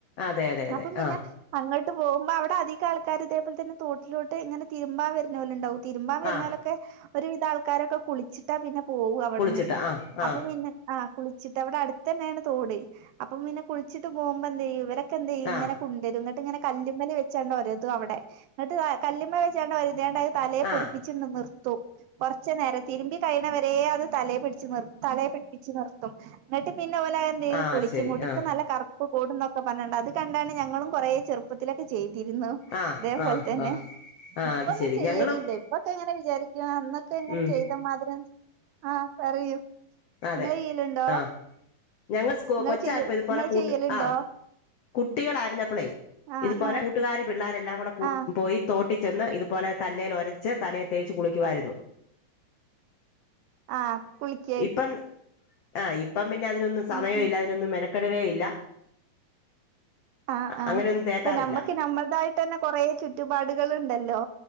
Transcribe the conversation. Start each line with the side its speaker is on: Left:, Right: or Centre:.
Left: അതെ അതെ അതെ
Right: അപ്പൊ പിന്നെ
Left: ആഹ്
Right: അങ്ങ ട്ട് പോക്മ്പം അവിടെ അധിക ആൾക്കാര് ഇതേപലെ തന്ന തോട്ടിലോട്ട് ഇങ്ങനെതിരുമ്പാൻ വരുന്ന പോല ഉണ്ടാവും. തിരുമ്പാൻ വരുന്നാലൊക്കെ
Left: ആ
Right: ഒരുവിധ ആൾക്കാരൊക്കെ കുളിച്ചിട്ടാ പിന്നെ പോക അവിടുന്ന്
Left: കുളിച്ചിട്ട് ആ ആ
Right: അപ്പൊ പിന്നെ ങ കുളി വെച്ചിട്ട് അവിടെ അടുത്ത് തന്നെയാണ് തോട് അപ്പം പിന്നെ കുളിച്ചിട്ട് പോകുമ്പോ എന്ത് ചെയ്യു ഇവര് ക്കെ എന്ത് ചെയ്യും
Left: ആ
Right: ഇങ്ങനെ കുണ്ടരുന്നിട്ട്ങ്ങനെ കല്ലുമ്മല് വെച്ചാണ്ട് ഒരതു അവിടെ എന്നിട്ട് അ കല്ലുമ്മ വെച്ചോണ്ട് ഒരച്ചോണ്ടയ തലയെ
Left: ആ
Right: പുഴുപ്പിച്ച് എണ്ണ്ന്ന്. തു കുറച്ച് നേര തിരുമ്പി കഴിഞ്ഞവരെ അത് തലയ പിടിച്ച് നിർ തലയെ പിടിപ്പിച്ച് നിർത്തും എന്നിട്ട് പിൻ ഇന്നപോലെ എന്ത് ചെയ്തു
Left: ആ
Right: കുളിക്കും
Left: ശരി
Right: മുടിക്ക്
Left: ആ
Right: നല്ല കറ <inaudible> കൂടുന്നൊക്കെ പറഞ്ഞട്ടണ്ട് അത് <unintelligible> അതണ്ടാണ് ഞങ്ങളും കൊറ ചെറുപ്പത്തിലൊക്കെ ചെയ്തിരുന്നു,
Left: ആ
Right: ഇതേപോലെ
Left: ആ
Right: തന്നെ
Left: ആ ആ
Right: ഇപ്പൊന്നും
Left: അത് ശരി
Right: ചെയ്യലില്ല
Left: ഞങ്ങളും
Right: ഇപ്പൊക്കെങ്ങനെ ശെരി യ അന്നൊക്കെ അങ്ങനെ
Left: ഉം
Right: ചെയ്ത മാതിരം ആ പറയൂ
Left: അതെ
Right: ഇങ്ങള് ചെയ്യലുണ്ടോ
Left: ആ ഞങ്ങൾ
Right: ഇങ്ങള്
Left: കൊച്ചായപ്പോൾ
Right: ചെയ്യ
Left: ഇതുപോലെ
Right: ഇങ്ങള്
Left: കൂട്ട്
Right: ചെയ്യലുണ്ടോ
Left: ആ കുട്ടികളായിരുന്നപ്പളേ
Right: ആഹ്
Left: ഇതുപോലെ
Right: ആഹ്
Left: കൂട്ടുകാര് പിള്ളേരെല്ലാം കൂടെ
Right: ആഹ്
Left: പോയി തൊ തോട്ടിച്ചെന്ന് ഇതുപോലെ കല്ലേൽ ഒരച്ച് തലയിൽ തേച്ചു കുളിക്കുവായിരുന്നു
Right: ആ കുളിക്ക
Left: ഇപ്പം ആഹ് ഇ ഇപ്പം പിന്ന അതിനൊന്നും സമയമില്ല
Right: ഉം ഉം
Left: അതിനൊന്നും മെന ക്കെടുവേം ഇല്ല
Right: ആ ആഇപ്പൊ
Left: അങ്ങനെയൊന്നും തേക്കാറില്ല
Right: നമ്മക്ക് നമ്മളതായിട്ട് തന്നെ കൊറേ ചുറ്റുപാടുകൾ ഉണ്ടല്ലോ